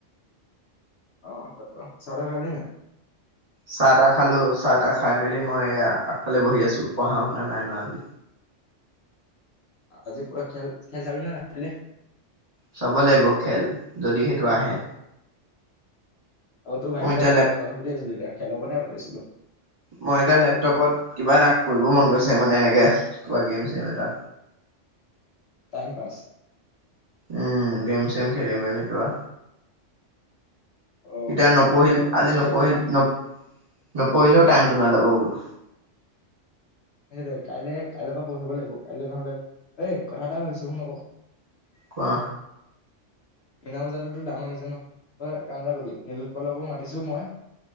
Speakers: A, on the left (about 60°); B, on the right (about 30°).
A: অ চাৰে খালি না
B: চাহ তাহ খালো চাহ তাহ খাই মেলি মই আগফালে বহি আছো পঢ়া শুনা নাই ন আজি।
A: আজি পৰা খেল খেল চাবি না ৰাতিলে?
B: চাব লাগিব খেল যদি সেটো আহে।
A: অ তোৰ ভাইটিৰ
B: মই এতিয়া
A: লগত
B: লেপ
A: কথা পাতি আছিলো এতিয়া খেলৰ কথা পাতি আছিলো।
B: মই এতিয়া লেপটপত কিবা এটা কৰিব মন গৈছে মানে এনেকে কিবা গেম চম এটা
A: টাইম পাছ
B: উম ডেম চেম খেলে বেনে কিবা
A: অ
B: এতিয়া নপঢ়িল আজি
A: এই এতিয়াতো
B: নপঢ়িল
A: অকমান
B: ন নপঢ়িলেও টাইমটো নাযাব বোলো।
A: সেই কাইলে কাইলে পা পঢ়িব লাগিব কাইলৈ নহলে এই কথা এটা ভাবিছো শুন আক।
B: কোৱা?
A: মীনা বজাৰতো ডাঙৰ আহি হৈছে ন তই কাম এটা কবি নীলোৎপলকো মাতিছো মই।